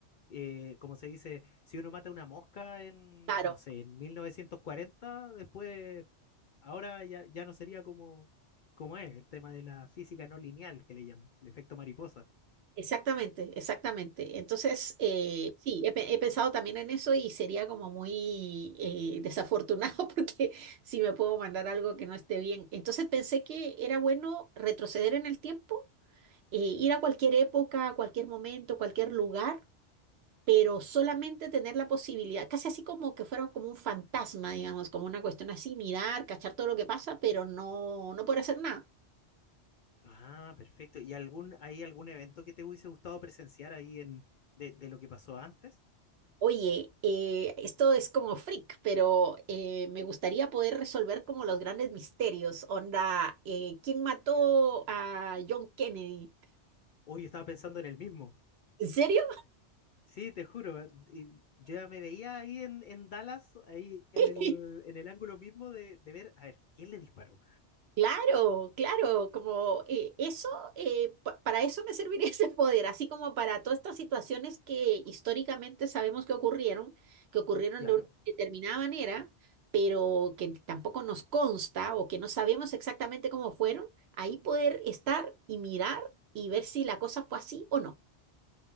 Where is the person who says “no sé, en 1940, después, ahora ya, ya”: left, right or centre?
Left